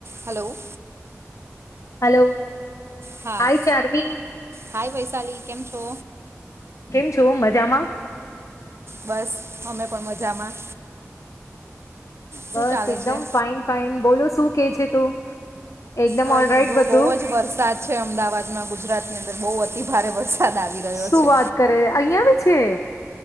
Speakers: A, on the right; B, on the left.
A: Hello.
B: Hello
A: હા
B: hi Charmi.
A: Hi Vaishali કેમ છો.
B: કેમ છો મજામાં.
A: બસ અમે પણ મજામાં. શું
B: બસ
A: ચાલે
B: એકદમ
A: છે
B: ફાઇન ફાઈન બોલો શું કે છે તું એકદમ
A: કઈ
B: ઓલ
A: નહીં
B: રાઈટ
A: જો
B: બધું.
A: બહુ જ વરસાદ છે અમદાવાદમાં ગુજરાતની અંદર બહુ અતિભારે વરસાદ આવી રહ્યો
B: શું
A: છે
B: વાત કરે અહિયાં બી છે.